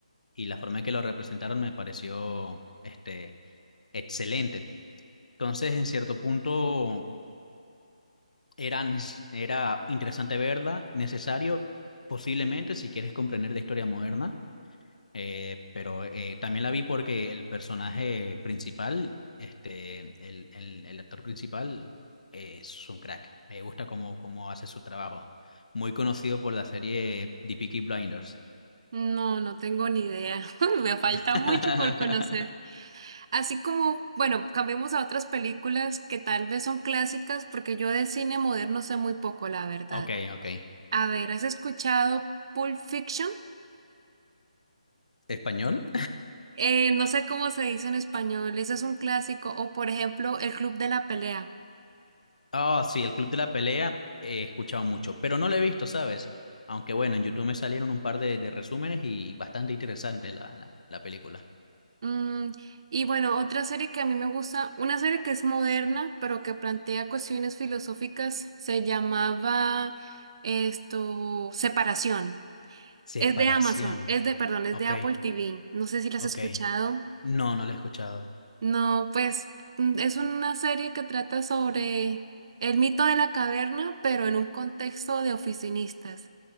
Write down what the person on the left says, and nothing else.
y la forma en que lo representaron me pareció este, excelente. Entonces, en cierto punto, era, neces- era interesante verla, necesario posiblemente si quieres comprender la historia moderna Eh, pero eh, también la vi porque el personaje principal, este, el, el- el actor principal, eh, es un crack. Me gusta cómo, cómo hace su trabajo. Muy conocido por la serie The Peaky Blinders.
<laughs>
Ok, ok.
¿Español?
Oh, sí, el Club de la Pelea eh, he escuchado mucho, pero no lo he visto, ¿sabes? Aunque bueno, en YouTube me salieron un par de, de resúmenes y bastante interesante la, la, la película.
Separación.
Ok,
ok.
No, no lo he escuchado.